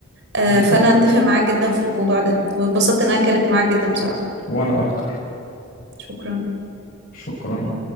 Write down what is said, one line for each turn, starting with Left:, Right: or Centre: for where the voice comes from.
Right: آه،
Left: بالظبط
Right: فانا اتفق معاك جدا في الموضوع ده وانبسطت ان انا اتكلمت معاك جدا بصراحة
Left: وانا اكتر
Right: شكرا
Left: شكرا